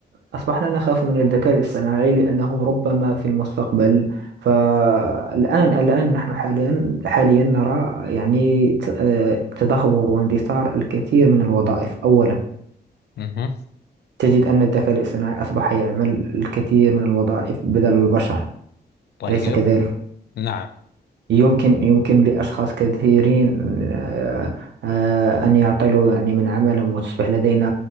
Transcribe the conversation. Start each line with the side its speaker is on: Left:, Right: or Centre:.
Right: أصبحنا نخاف من الذكاء الاصطناعي لأنه ربما في المستقبل فالآن الآن نحن حاليا حاليا نرى يعني ت- آه، تدهور واندثار الكثير من الوظائف أولا
Left: مه.
Right: تجد أن الذكاء الاصطناعي أصبح يعمل الكثير من الوظائف بدل البشر
Left: طيب
Right: أليس كذلك؟
Left: نعم
Right: يمكن يمكن لأشخاص كثيرين آه، آه، أن يعطلوا يعني من عملهم وتصبح لدينا